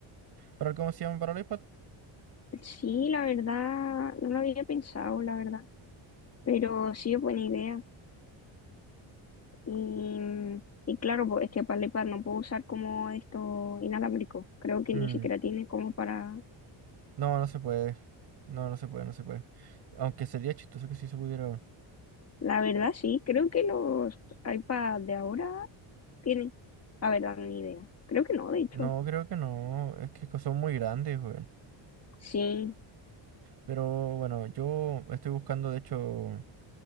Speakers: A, on the right; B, on the left.
A: para el, ¿cómo se llama? Para el iPad.
B: Sí, la verdad, no lo había pensado, la verdad, pero sí es buena idea. Y, y claro, pues este para el iPad no puedo usar como esto inalámbrico. Creo que
A: Mm,
B: ni siquiera tiene como para...
A: No, no se puede. No, no se puede, no se puede. Aunque sería chistoso que sí se pudiera. weón.
B: La verdad, sí, creo que los iPads de ahora tienen, la verdad, ni idea. Creo que no, de hecho.
A: No, creo que no. Es que son muy grandes, weón.
B: Sí,
A: Pero bueno, yo estoy buscando, de hecho,